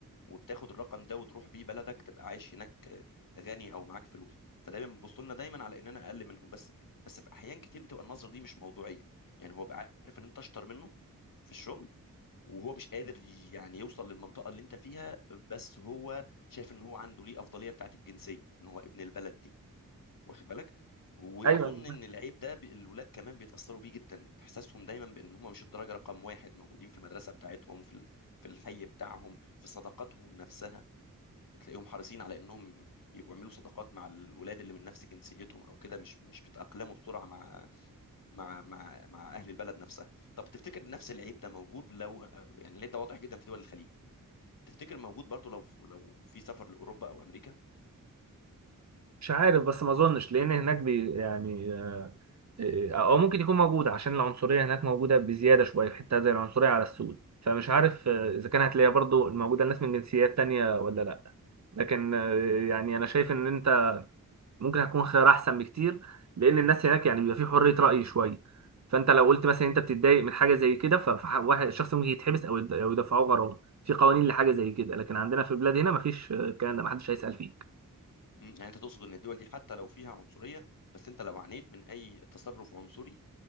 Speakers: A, on the left; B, on the right.
A: وبتاخد الرقم ده وتروح بيه بلدك تبقى عايش هناك غني او معاك فلوس فدايما بيبصوا لنا دايما على اننا اقل منهم بس بس في احيان كتير بتبقى النظره دي مش موضوعيه يعني هو بقى عارف ان انت اشطر منه في الشغل وهو مش قادر يعني يوصل للمنطقه اللي انت فيها بس هو شايف ان هو عنده ليه افضليه بتاعت الجنسيه ان هو ابن البلد دي واخد بالك واظن
B: ايوه
A: ان العيب ده بي- الولاد كمان بيتاثروا بيه جدا احساسهم دايما بان هم مش الدرجه رقم واحد موجودين في المدرسه بتاعتهم في ال- في الحي بتاعهم في صداقاتهم نفسها تلاقيهم حريصين على انهم يبقوا يعملوا صداقات مع الولاد اللي من نفس جنسيتهم او كده مش مش بيتاقلموا بسرعه مع مع مع مع اهل البلد نفسها طب تفتكر نفس العيب ده موجود لو آه، يعني العيب ده واضح جدا في دول الخليج تفتكر موجود برضو لو لو في سفر لاوروبا او امريكا
B: مش عارف بس ما اظنش لان هناك بي يعني آه، او ممكن يكون موجود عشان العنصريه هناك موجوده بزياده شويه في حته زي العنصريه على السود فمش عارف آه، اذا كان هتلاقيها برضو موجوده الناس من جنسيات تانية ولا لا لكن آه، يعني انا شايف ان انت ممكن هيكون خيار احسن بكتير لان الناس هناك يعني بيبقى في حريه راي شويه فانت لو قلت مثلا انت بتتضايق من حاجه زي كده فواحد شخص ممكن يتحبس او يد- أو يدفعوه غرامه في قوانين لحاجه زي كده لكن عندنا في البلاد هنا مفيش آه، الكلام ده محدش هيسال فيه
A: مم، يعني انت تقصد ان الدول دي حتى لو فيها عنصرية بس انت لو عانيت من اي تصرف عنصري